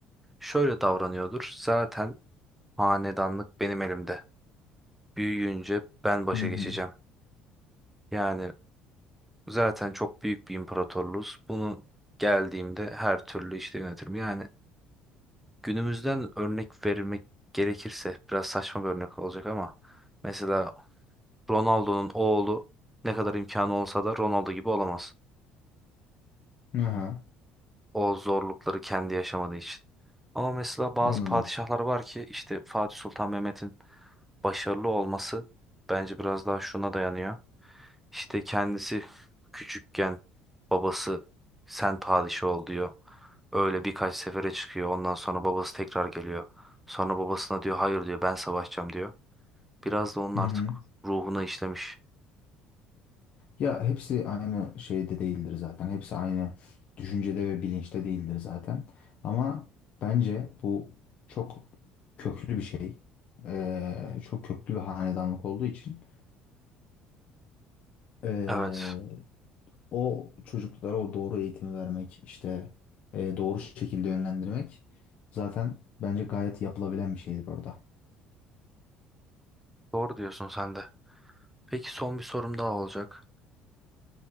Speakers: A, in the centre; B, on the left.
A: şöyle davranıyordur. Zaten hanedanlık benim elimde. Büyüyünce ben başa
B: hı hı.
A: geçeceğim. Yani zaten çok büyük bir imparatorluğuz. Bunu geldiğimde her türlü işte yönetirim. Yani günümüzden örnek vermek gerekirse biraz saçma bir örnek olacak ama mesela Ronaldo'nun oğlu ne kadar imkanı olsa da Ronaldo gibi olamaz.
B: Aha,
A: o zorlukları kendi yaşamadığı için. Ama mesela bazı
B: anladım.
A: padişahlar var ki işte Fatih Sultan Mehmet'in başarılı olması bence biraz daha şuna dayanıyor. İşte kendisi küçükken babası sen padişah ol diyor. Öyle birkaç sefere çıkıyor. Ondan sonra babası tekrar geliyor. Sonra babasına diyor hayır diyor ben savaşacağım diyor. Biraz da onun
B: Hı
A: artık
B: hı.
A: ruhuna işlemiş.
B: Ya hepsi aynı şeyde değildir zaten. Hepsi aynı düşüncede ve bilinçte değildir zaten. Ama bence bu çok köklü bir şey. Ee, çok köklü bir hanedanlık olduğu için ee,
A: Evet,
B: o çocuklara o doğru eğitimi vermek, işte ee, doğru şekilde yönlendirmek zaten bence gayet yapılabilen bir şeydir orada.
A: doğru diyorsun sen de. Peki son bir sorum daha olacak.